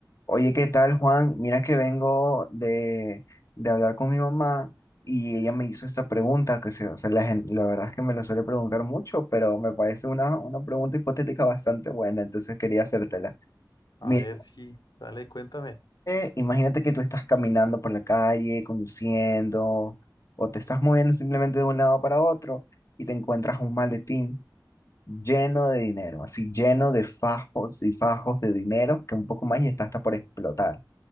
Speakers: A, on the left; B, on the left.
A: Oye, ¿qué tal, Juan? Mira que vengo de, de hablar con mi mamá y ella me hizo esta pregunta, que se, o sea, la, gen- la verdad es que me lo suele preguntar mucho, pero me parece una, una pregunta hipotética bastante buena, entonces quería hacértela. Mira,
B: A ver si, dale, cuéntame.
A: eh, imagínate que tú estás caminando por la calle, conduciendo, o te estás moviendo simplemente de un lado para otro y te encuentras un maletín lleno de dinero, así lleno de fajos y fajos de dinero, que un poco más y está hasta por explotar.